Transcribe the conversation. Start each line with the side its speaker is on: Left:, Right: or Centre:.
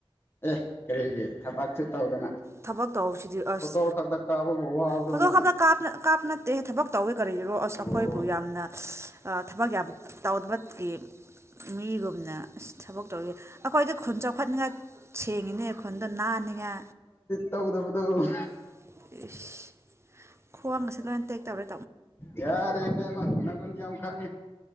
Left: ꯑꯦ ꯀꯔꯤꯒꯤ ꯊꯕꯥꯛꯁꯨ ꯇꯧꯗꯅ
Right: ꯊꯕꯛ ꯇꯧꯍꯧꯁꯤꯗꯤ ꯑꯁ
Left: ꯐꯣꯇꯣ ꯈꯛꯇ ꯀꯥꯞꯄꯕꯨ ꯋꯥꯕ꯭ꯔꯣꯅꯦ
Right: ꯐꯣꯇꯣ ꯀꯥꯞꯇ ꯀꯥꯞ ꯀꯥꯞꯅ ꯊꯕꯛ ꯇꯧꯋꯦ ꯀꯔꯤꯔꯣ ꯑꯁ
Left: ꯑꯣ
Right: ꯑꯩꯈꯣꯏꯕꯨ ꯌꯥꯝꯅ ꯊꯕꯛ ꯌꯥꯝ ꯇꯧꯗꯕꯒꯤ ꯃꯤꯒꯨꯝꯅ ꯑꯁ ꯊꯕꯛ ꯇꯧꯔꯤ ꯑꯩꯈꯣꯏꯗꯤ ꯈꯨꯟ ꯆꯥꯎꯈꯠꯅꯤꯡꯉ ꯁꯦꯡꯉꯤꯅꯦ ꯈꯨꯟꯗꯣ ꯅꯥꯅꯤꯉ
Left: ꯇꯧ ꯇꯧ ꯇꯧ
Right: ꯏꯁ ꯈꯋꯥꯡꯒ ꯁꯤꯂꯦꯟ ꯇꯦꯛꯇꯧꯔꯦ
Left: ꯌꯥꯔꯦ ꯄꯦꯃꯪ ꯌꯥꯝꯝ ꯈꯥꯟ